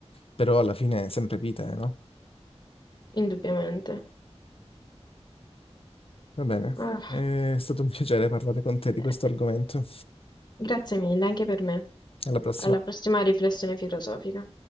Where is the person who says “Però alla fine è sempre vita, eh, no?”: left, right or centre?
Left